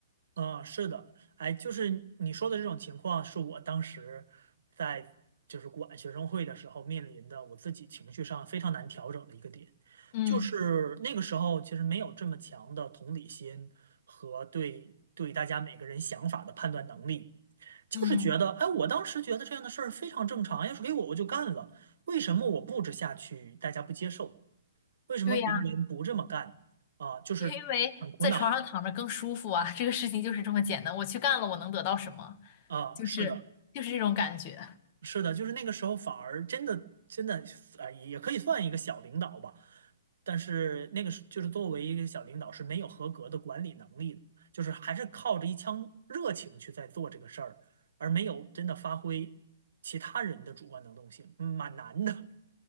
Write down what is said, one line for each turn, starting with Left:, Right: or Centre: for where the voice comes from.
Right: 嗯，是的，哎，就是你说的这种情况，是我当时在就是管学生会的时候面临的，我自己情绪上非常难调整的一个点，
Left: 嗯
Right: 就是那个时候其实没有这么强的同理心和对对大家每个人想法的判断能力，就是觉得，
Left: 嗯，
Right: 哎，我当时觉得这样的事儿非常正常，要是给我我就干了，为什么我布置下去大家不接受？为什么别人不这么干？
Left: 对呀，
Right: 啊，就是很苦恼
Left: 因为在床上躺着更舒服啊，这个事情就是这么简单，我去干了，我能得到什么？
Right: 啊，
Left: 就是就是这种感觉。
Right: 是的。是的，就是那个时候反而真的真的啊、呃，也可以算一个小领导吧，但是那个是就是作为一个小领导是没有合格的管理能力的，就是还是靠着一腔热情去在做这个事儿，而没有真的发挥其他人的主观能动性，嗯蛮难的。